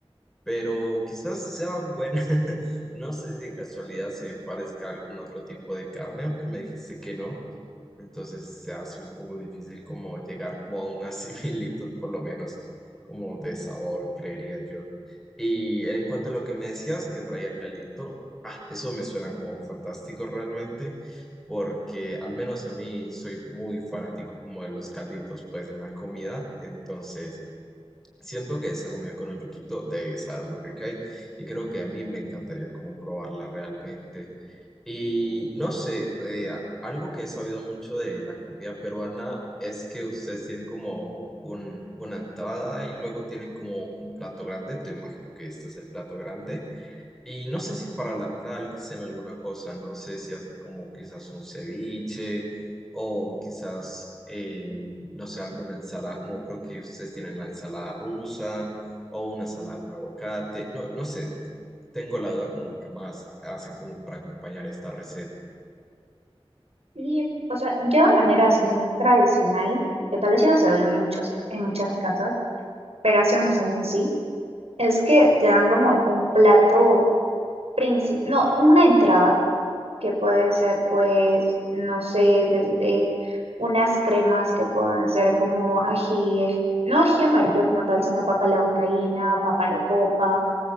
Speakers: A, in the centre; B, on the right.
A: pero quizás sea buena. <laughs> No sé si de casualidad se parezca a algún otro tipo de carne, aunque me dijiste que no. Entonces se hace un poco difícil como llegar como a una <laughs> similitud, por lo menos como de sabor, creería yo. Y en cuanto a lo que me decías que traía caldito, ah, eso me suena como fantástico realmente, porque al menos a mí soy muy fanático como de los calditos pues en la comida, entonces... Siento que esa comida con oyuquito debe estar muy rica y, y creo que a mí me encantaría como probarla realmente. Y no sé, eh, a- algo que he sabido mucho de la comida peruana es que ustedes tienen como un, una entrada y luego tienen como un plato grande. Te imagino que este es el plato grande y no sé si para la entrada hacen alguna cosa, no sé si hacen como quizás un ceviche o quizás, eh, no sé, alguna ensalada, como creo que ustedes tienen la ensalada rusa o una ensalada con aguacate, no, no sé, tengo la duda como que más hacen como para acompañar esta receta.
B: Y, o sea, ya de manera así muy tradicional, que tal vez ya no se ve en muchos, en muchas casas, pero hace unos años sí, es que te dan como un plato principal, no, una entrada, que puede ser pues, no sé, desde unas cremas que pueden ser como ají, eh, no ají amarillo como tal, sino papa a la huancaína, papa a la copa,